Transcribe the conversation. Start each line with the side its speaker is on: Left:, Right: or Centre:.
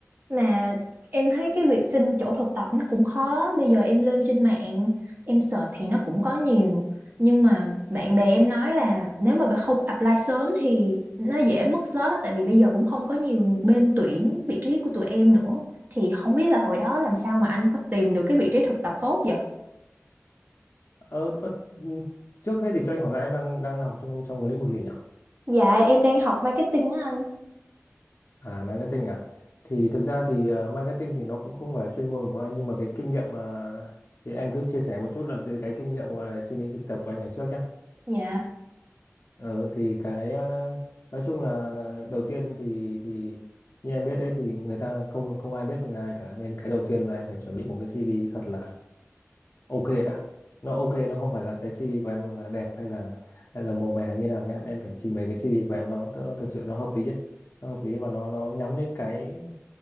Right: mà em thấy cái việc xin chỗ thực tập nó cũng khó bây giờ em lên trên mạng em search thì nó cũng có nhiều nhưng mà bạn bè em nói là nếu mà bạn không apply sớm thì nó dễ mất slot đó tại vì bây giờ cũng không có nhiều bên tuyển vị trí của tụi em nữa thì không biết là hồi đó làm sao mà anh có tìm được cái vị trí thực tập tốt vậy
Left: ờ, ờ, trước hết thì cho anh hỏi là em đang đang học trong trong lĩnh vực gì nhỉ
Right: Dạ em đang học marketing á anh.
Left: à marketing à thì thực ra thì ờ, marketing thì nó cũng không phải là chuyên môn của anh nhưng mà cái kinh nghiệm mà thì anh cứ chia sẻ một chút là cái, cái kinh nghiệm gọi là xin đi thực tập của anh ngày trước nhé
Right: dạ
Left: Ờ thì cái ờ, nói chung là đầu tiên thì thì như em biết đấy thì người ta không không ai biết mình là ai cả nên cái đầu tiên là em phải chuẩn bị một cái CV thật là ok đã. Nó ok nó không phải là cái CV của em là đẹp hay là hay là màu mè như nào nhá. Em phải trình bày cái CV của em nó nó thật sự nó hợp lý ấy. Nó hợp lý và nó nó nhắm đến cái